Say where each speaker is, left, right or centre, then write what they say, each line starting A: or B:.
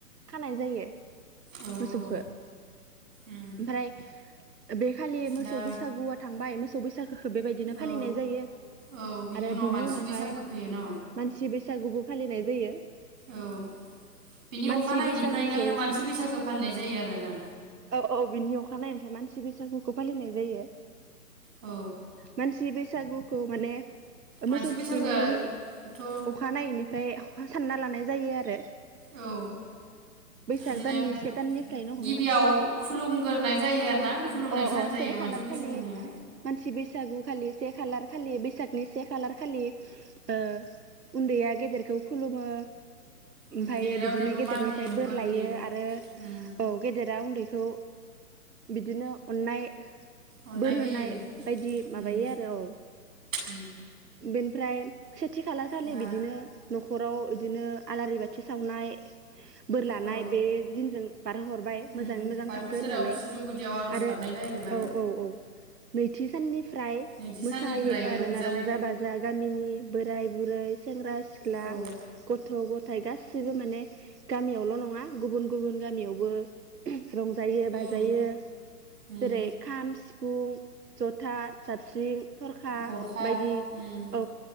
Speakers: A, on the right; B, on the right.
A: खानाय जायो
B: औ
A: मोसौखौ
B: औ उम
A: ओमफ्राय बे खालि मोसौ
B: दा
A: बैसागुआ थांबाय मोसौ बैसा बेबायदिनो फालिनाय
B: औ
A: जायो
B: औ
A: आरो
B: उनाव
A: बिनि
B: मानसि
A: उनावहाय
B: बैसागो फैयो न'
A: मानसि बैसागुबो फालिनाय जायो
B: औ बिनि
A: मानसि
B: अखानायैनिफ्रायनो
A: बैसागुखौ
B: मानसि बैसागो फालिनाय जायो आरोना
A: औ औ बिनि अखा फानाय ओमफ्राय मानसि बैसागुखौ फालिनाय जायो
B: औ
A: मानसि बैसा बैसागुखौ माने
B: मानसि
A: मोसौ
B: बैसागोआथ'
A: थुखैनायनि अखानायैनिफ्राय ओमफ्राय सानना लानाय जायो आरो
B: औ
A: बैसाग
B: बिदिनो
A: दाननि से दाननिफ्रानो हम
B: गिबियाव खुलुमग्रोनाय जायो आरो ना खुलुमनाय
A: अ
B: सान जायो
A: से खालार
B: मानसि बैसागोनिया
A: खालि मानसि बैसागु खालि से खालार खालि बैसागनि से खालार खालि ओ उन्दैया गेदेरखौ खुलुमो ओमफ्राय
B: उम गेदेरा
A: बिदिनो
B: उन्दैखौ
A: गेदेरनिफ्राय
B: मान होयो
A: बोर लायो
B: होयो
A: आरो
B: उम
A: औ गेदेरा उन्दैखौ बिदिनो अननाय
B: अननाय
A: बोर होनाय
B: होयो
A: बायदि
B: उम
A: माबायो आरो औ
B: उम
A: बेनि ओमफ्राय खेथि खाला खालि
B: दा
A: बिदिनो न'खराव बिदिनो आलारि बाथि साननाय बोर लानाय
B: औ
A: बे दिन बारहोहरबाय
B: उम
A: मोजाङै मोजां
B: बाथौ
A: थांथों
B: सेराव
A: होननानै
B: सिजौ गुदियाव आर'ज
A: आरो
B: गाबनाय जाहैबाय
A: औ औ औ नैथि साननिफ्राय
B: नैथि
A: मोसायो
B: साननिफ्राय
A: आरोना
B: रंजानाय
A: रंजा बाजा गामिनि बोराय बुरै सेंग्रा सिख्ला
B: औ
A: गथ' गथ' नाथाय गासिबो माने गामियावल' नङा गुबुन गुबुन गामियाव बो रंजायो बाजायो
B: ओं उम
A: जेरै खाम सिफुं जथा साबस्रिं थरखा
B: गरखा
A: बायदि
B: उम
A: औ